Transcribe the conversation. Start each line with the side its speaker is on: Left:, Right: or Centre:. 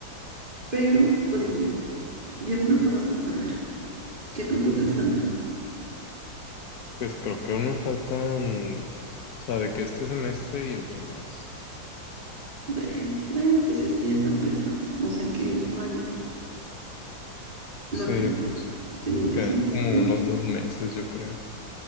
Right: Pero, pues mira, ya me lo acabas tu carrera. ¿Qué tanto te falta?
Left: Pues creo que aún me faltan, o sea, de que este semestre y otro más.
Right: Bueno, bueno, pues este ya está empezado. O sea que es mayo. Lo
Left: Sí,
Right: acabas.
Left: pues
Right: Siguiente
Left: quedan
Right: semestre.
Left: como unos dos meses, yo creo.